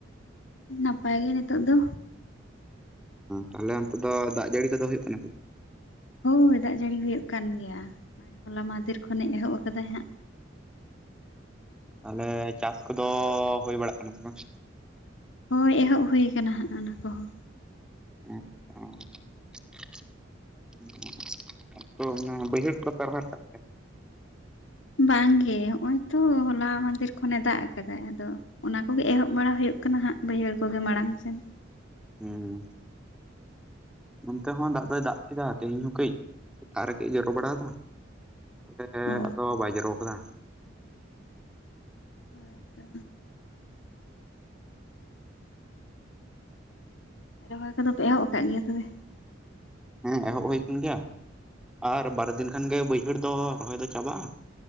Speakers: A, on the left; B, in the centre.
A: ᱱᱟᱯᱟᱭ ᱜᱮ ᱱᱤᱛᱚᱜ ᱫᱚ᱾
B: ᱛᱟᱦᱞᱮ ᱚᱱᱛᱮ ᱫᱚ ᱫᱟᱜ ᱡᱟᱹᱲᱤ ᱠᱚᱫᱚ ᱦᱩᱭᱩᱜ ᱠᱟᱱᱟ
A: ᱦᱳᱭ ᱫᱟᱜ ᱡᱟᱹᱲᱤ ᱦᱩᱭᱩᱜ ᱠᱟᱱ ᱜᱮᱭᱟ ᱱᱚᱜ-ᱚᱭ ᱦᱚᱞᱟ ᱢᱟᱦᱫᱮᱨ ᱠᱷᱚᱱᱮ ᱮᱦᱚᱵ ᱟᱠᱟᱫᱟᱭ ᱦᱟᱸᱜ,
B: ᱛᱟᱦᱚᱞᱮ ᱪᱟᱥ ᱠᱚᱫᱚ ᱦᱩᱭ ᱵᱟᱲᱟᱜ ᱠᱟᱱᱟ ᱥᱮ ᱵᱟᱝ?
A: ᱦᱳᱭ ᱮᱦᱚᱵ ᱦᱩᱭᱩ ᱟᱠᱟᱱᱟ ᱦᱟᱸᱜ ᱚᱱᱟ ᱠᱚᱦᱚᱸ᱾
B: <unintelligible> ᱛᱚ ᱚᱱᱟ ᱵᱟᱹᱭᱦᱟᱹᱲ ᱠᱚᱯᱮ ᱨᱚᱦᱚᱭ ᱠᱟᱜ
A: ᱵᱟᱝᱜᱮ ᱦᱚᱜ-ᱚᱭ ᱛᱚ ᱦᱚᱞᱟ ᱢᱟᱫᱷᱮᱨ ᱠᱷᱚᱱᱮ ᱫᱟᱜ ᱟᱠᱟᱫᱟ ᱟᱫᱚ ᱚᱱᱟ ᱠᱚᱜᱮ ᱮᱦᱚᱵ ᱵᱟᱲᱟ ᱦᱩᱭᱩᱜ ᱠᱟᱱᱟ ᱦᱟᱸᱜ ᱵᱟᱹᱭᱦᱟᱹᱲ ᱠᱚᱜᱮ ᱢᱟᱲᱟᱝ ᱥᱮᱱ᱾
B: ᱦᱮᱸ ᱦᱮᱸ ᱱᱚᱱᱛᱮ ᱦᱚᱸ ᱫᱟᱜ ᱫᱚᱭ ᱫᱟᱜ ᱠᱮᱫᱟ ᱛᱮᱦᱮᱧ ᱦᱚᱸ ᱠᱟᱹᱡ, ᱥᱮᱛᱟᱜ ᱨᱮ ᱠᱟᱹᱡ ᱡᱚᱨᱚ ᱵᱟᱲᱟ ᱟᱫᱟ ᱛᱟᱦᱚᱞᱮ
A: ᱚ
B: ᱟᱫᱚ ᱵᱟᱭ ᱡᱚᱨᱚ ᱠᱟᱫᱟ
A: ᱦᱳᱭ ᱛᱚ᱾ ᱨᱚᱦᱚᱭ ᱠᱚᱫᱚ ᱯᱮ ᱮᱦᱚᱵ ᱟᱠᱟᱫ ᱜᱮᱭᱟ ᱛᱚᱵᱮ᱾
B: ᱦᱮᱸ ᱮᱦᱚᱵ ᱦᱩᱭ ᱟᱠᱟᱱ ᱜᱮᱭᱟ ᱟᱨ ᱵᱟᱨ ᱫᱤᱱ ᱠᱷᱟᱱ ᱜᱮ ᱵᱟᱹᱭᱦᱟᱹᱲ ᱫᱚ ᱨᱚᱦᱚᱭ ᱫᱚ ᱪᱟᱵᱟᱜ-ᱟ᱾